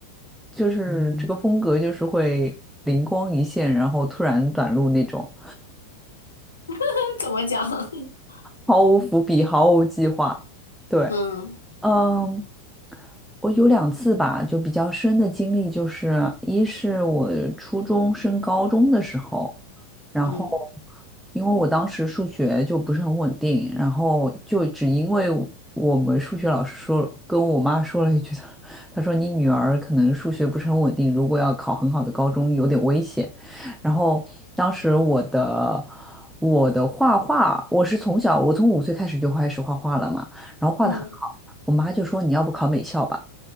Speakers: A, in the centre; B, on the left.
A: 就是这个风格，就是会灵光一现，然后突然短路那种，
B: <laughs> 怎么讲？<laughs>
A: 毫无伏笔，毫无计划。对，
B: 嗯
A: 嗯，我有两次吧，就比较深的经历，就是一是我初中升高中的时候，然后
B: 嗯
A: 因为我当时数学就不是很稳定，然后就只因为我我们数学老师说跟我妈说了一句，<laughs> 她说你女儿可能数学不是很稳定，如果要考很好的高中有点危险。然后当时我的我的画画，我是从小我从五岁开始就开始画画了嘛。然后画的很好。
B: 嗯，
A: 我妈就说你要不考美校吧，